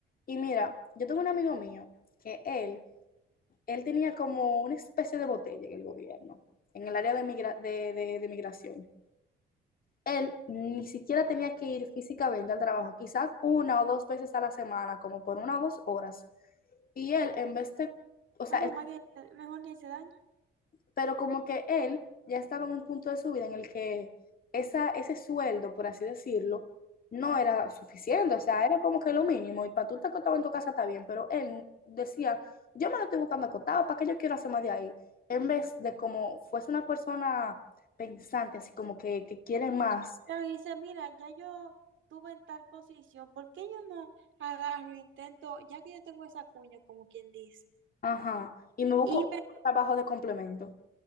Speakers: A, on the left (about 45°); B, on the right (about 75°).
A: Y mira, yo tengo un amigo mío que él, él tenía como una especie de botella en el gobierno, en el área de, migra- de, de- de migración. Él ni siquiera tenía que ir físicamente al trabajo, quizás una o dos veces a la semana, como por una o dos horas. Y él, en vez de, o sea,
B: Ah, pero más que mejor le hice daño.
A: pero como que él ya estaba en un punto de su vida en el que esa, ese sueldo, por así decirlo, no era suficiente, o sea, era como que lo mínimo, y para tú estar acotado en tu casa está bien, pero él decía, yo me lo estoy buscando acotado, ¿para qué yo quiero hacer más de ahí? En vez de como fuese una persona pensante, así como que, que quiere más,
B: Claro, y dice, mira, ya yo tuve en tal posición, ¿por qué yo no agarro, intento, ya que yo tengo esa cuña, como quien dice?
A: ajá, y me busco
B: Y me
A: trabajo de complemento.